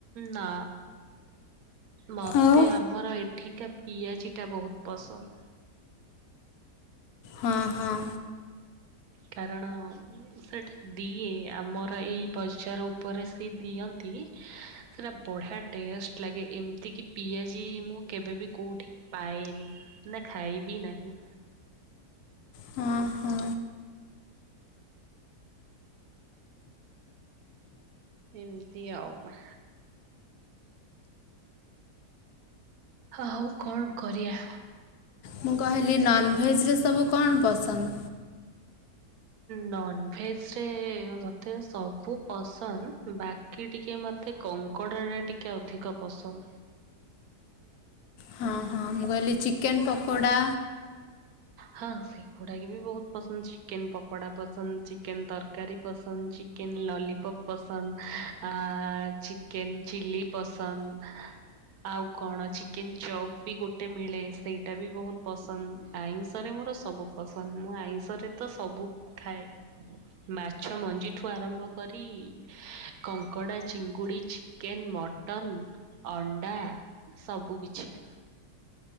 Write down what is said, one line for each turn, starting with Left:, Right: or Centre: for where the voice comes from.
Right: ନା ମତେ
Left: ଆଉ
Right: ଆମର ଏ ଠିକା ପିଆଜିଟା ବୋହୁତ ପସନ୍ଦ।
Left: ହଁ ହଁ।
Right: କାରଣ। ସେଇଟା ଦିଏ ଆମର ଏଇ ବଜାର ଉପରେ ସିଏ ଦିଅନ୍ତି। ସେଟା ବଢିଆ ଟେଷ୍ଟ ଲାଗେ ଏମିତି କିି ପିଆଜି ମୁଁ କେବେବି କୋଉଠି ପାଏନି। ନା ଖାଇବି ନାହିଁ।
Left: ହଁ ହଁ।
Right: ଏମିତି ଆଉ। ଆଉ କଣ କରିବା।
Left: ମୁଁ କହିଲି ନନଭେଜ ରେ ସବୁ କଣ ପସନ୍ଦ?
Right: ନନଭେଜ ରେ ମତେ ସବୁ ପସନ୍ ବାକ୍ କିି ଟିକିଏ ମତେ କଙ୍କଡ଼ା ଟା ଟିକିଏ ଅଧିକ ପସନ୍।
Left: ହଁ ହଁ। ମୁଁ କହିଲି ଚିକେନ ପକୋଡ଼ା।
Right: ହଁ ସେଇ ଗୁଡ଼ାକି ବି ବୋହୁତ ପସନ୍ଦ ଚିକେନ ପକଡ଼ା ପସନ୍ଦ ଚିକେନ ତରକାରୀ ପସନ୍ଦ ଚ ଚିକେନ ଲଲିପପ୍ ପସନ୍ଦ ଆ ଚିକେନ ଚିଲି ପସନ୍ଦ। ଆଉ କଣ ଚିକେନ ଚପ୍ ବି ଗୋଟେ ମିଳେ ସେଇଟା ବି ବୋହୁତ ପସନ୍ଦ ଆଇଷ ଷରେ ମୋର ସବୁ ପସନ୍ଦ ମୁଁ ଆଇଁଷରେ ତ ସବୁ ଖାଏ। ମାଛ ମଞ୍ଜିଠୁ ଆରମ୍ଭ କରି କଙ୍କଡ଼ା ଚିଙ୍ଗୁଡ଼ି ଚି କେନ୍ ମଟନ ଅଣ୍ଡା ସବୁ କିିଛି।